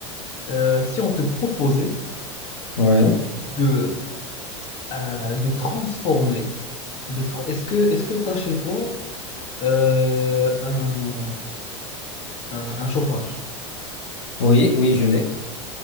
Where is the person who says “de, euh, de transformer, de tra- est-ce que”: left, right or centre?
Left